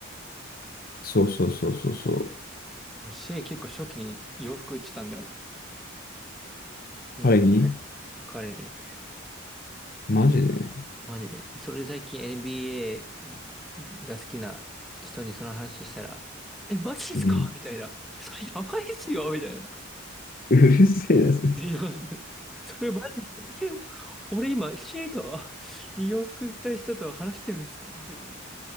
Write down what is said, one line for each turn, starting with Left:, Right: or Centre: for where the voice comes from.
Left: そうそうそうそうそう。
Centre: 俺、シェイ結構初期に洋服売ってたんだよね。洋服、
Left: 彼に
Centre: 彼に。
Left: マジで
Centre: マジで。それ最近 NBA が好きな人にその話したら、え、マジっすかみたいな。
Left: うん
Centre: それやばいっすよみたいな。
Left: うるせえな、そいつ
Centre: いや、それマジで、え、俺今シートに洋服売った人と話してるんですかみたいな。